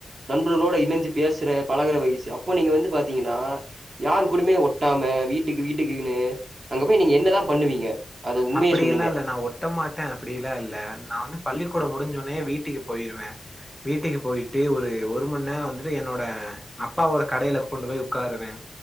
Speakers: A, on the right (about 50°); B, in the centre.
A: நண்பர்களோட இணஞ்சி பேசுற பழகுற வயசு அப்போ நீங்க வந்து பாத்தீங்கன்னா யாரு கூடயுமே ஒட்டாம வீட்டுக்கு வீட்டுக்குன்னு அங்க போய் நீங்க என்னதா பண்ணுவீங்க அத உண்மைய
B: அப்டி
A: சொல்லுங்க
B: எல்லா இல்ல நா ஒட்ட மாட் டே அப்டி எல்லா இல்ல நா வந்து பள்ளிக்கூட முடிஞ்ச ஒன்னே வீட்டுக்கு போயிருவே வீட்டுக்கு போயிட்டு ஒரு ஒரு மணி நேரோ வந்துட்டு என்னோட அப்பாவோட கடையில கொண்டு போய் உக்காருவே